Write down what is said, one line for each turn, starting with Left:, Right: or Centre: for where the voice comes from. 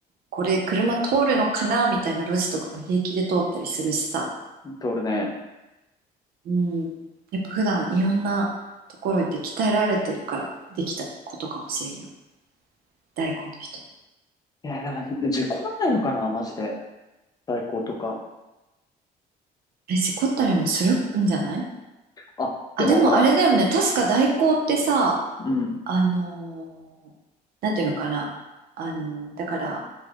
Right: これ車通るのかなみたいな路地とかも平気で通ったりするしさ。
Left: で、俺ね、
Right: うん。やっぱ普段いろんなところ行って鍛えられてるからできたことかもしれんよ。大根の人も。
Left: いや、でも、事故らないのかな、マジで。代行とか。
Right: え、事故ったりもするんじゃない
Left: あ、でも、
Right: あ、でもあれだよね。
Left: ほら、
Right: 確か代行ってさ、
Left: うん、
Right: あのーなんていうのかな。あのーだから、